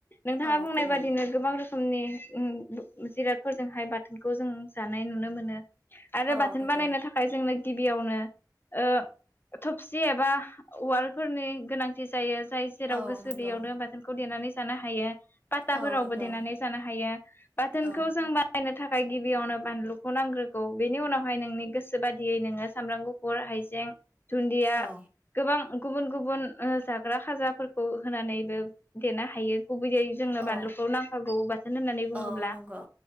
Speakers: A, on the left; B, on the right.
A: नोंथाङा
B: औ
A: बुंनाय
B: नंगौ
A: बादिनो गोबां रोखोम रोखोमनि जिरादफोरजोंहाय बाथोनखौ जों जानाय नुनो मोनो। आरो
B: औ
A: बाथोन
B: नंगौ
A: बानायनो थाखाय जोंनो बेयावनो ओ थबसि एबा उवालफोरनि गोनांथि जायो। जाय जेराव
B: औ
A: गोसो
B: नंगौ
A: बेयावनो बाथोनखौ देनानै जानो हायो। पाथाफोरावबो
B: औ नंगौ
A: देनानै जानो हायो बाथोनखौ
B: औ
A: जों बानायनो थाखाय गिबियावनो बानलुखौ नांग्रोगौ बेनि उनावहाय नोंनि गोसो बादियै नोङो सामब्राम गुफुर हाइजें दुन्दिया
B: औ
A: गोबां गुबुन गुबुन जाग्रा खाजाफोरखौ होनानै देनो हायो। गुबैयै जोंनो बानलुखौ
B: औ
A: नांखागौ बाथोन होननानै बुङोब्ला।
B: औ नंगौ